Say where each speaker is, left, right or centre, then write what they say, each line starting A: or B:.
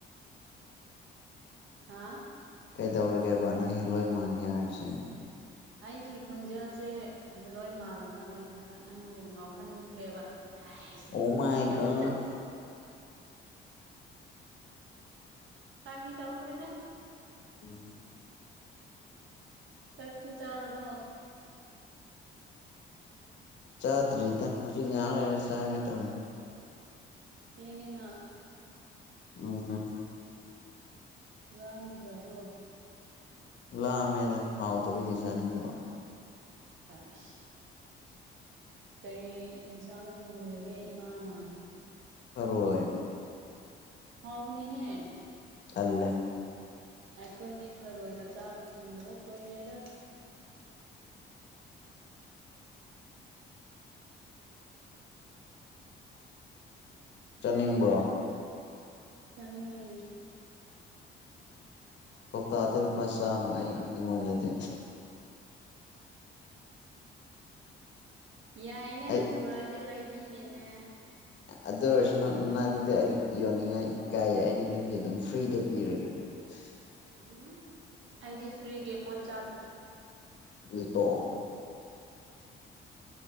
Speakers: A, on the right; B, on the left.
A: ꯍꯥꯥ
B: ꯀꯩꯗꯧꯔꯒꯦꯕ ꯅꯪ ꯍꯦꯂꯣꯏ ꯃꯥꯟꯅꯤ ꯍꯥꯏꯁꯦ
A: ꯑꯩꯒꯤ ꯈꯣꯟꯖꯦꯜ ꯍꯦꯜꯂꯣꯏ ꯃꯥꯜꯂ ꯃꯥꯜꯂꯦꯕ ꯍꯥꯏꯕ ꯅꯪꯕꯨ ꯉꯥꯎꯍꯟꯈ꯭ꯔꯦꯕ <unintelligible>
B: ꯑꯣ <unintelligible>
A: ꯐꯥꯒꯤ ꯇꯧꯅꯤꯗ
B: ꯑꯣ
A: ꯆꯥꯛꯇꯤ ꯆꯥꯔꯔꯕꯣ
B: ꯆꯥꯗ꯭ꯔꯤꯗ ꯍꯧꯖꯤꯛ ꯉꯥꯏꯍꯥꯛ ꯂꯩꯔꯒ ꯆꯥꯒꯦ ꯇꯧꯔꯤꯅꯦ
A: ꯌꯦꯡꯉꯤꯅ
B: ꯎꯝ
A: ꯂꯥꯝꯗ꯭ꯔꯕꯣ
B: ꯂꯃꯦꯗ ꯍꯥꯎꯗꯕꯩꯒꯤ ꯆꯥꯅꯤꯡꯗꯕ
A: <unintelligible> ꯀꯔꯤ ꯌꯦꯟꯁꯥꯡ ꯊꯣꯡꯕꯤꯔꯒꯦ ꯏꯃꯥꯅ
B: ꯊꯔꯣꯏ
A: ꯍꯥꯎꯒꯅꯤꯍꯦ
B: ꯇꯜꯂꯦ
A: ꯑꯩꯈꯣꯏꯗꯤ ꯊꯔꯣꯏꯒ ꯆꯥꯕ ꯐꯪꯗꯕ ꯀꯨꯏꯔꯦꯗ
B: ꯆꯅꯤꯡꯕ꯭ꯔꯣ
A: ꯆꯥꯅꯤꯡꯉꯦ
B: ꯀꯧꯇꯥꯗ ꯂꯨꯄꯥ ꯆꯥꯝꯃ ꯑꯩ ꯑꯩꯉꯣꯟꯗꯗꯤ
A: ꯌꯥꯏꯅꯦ
B: ꯑꯩ
A: ꯅꯪ ꯄꯨꯔꯥꯗꯤ ꯂꯩꯕꯤꯒꯦꯅꯦ
B: ꯑꯗꯨ ꯑꯣꯏꯔꯁꯨ ꯅꯅꯥꯛꯇꯨꯗꯤ ꯑꯩ ꯌꯣꯟꯅꯤꯡꯉꯥꯏ ꯀꯥꯏꯌꯦ ꯑꯩꯗꯤ ꯅꯪꯒꯤ ꯑꯗꯨꯝ ꯐ꯭ꯔꯤꯗ ꯄꯤꯔꯒꯦ <unintelligible>
A: ꯎꯝ ꯑꯩꯗꯤ ꯐ꯭ꯔꯤꯒꯤ ꯄꯣꯠ ꯆꯥꯗꯦ
B: ꯏꯇꯣ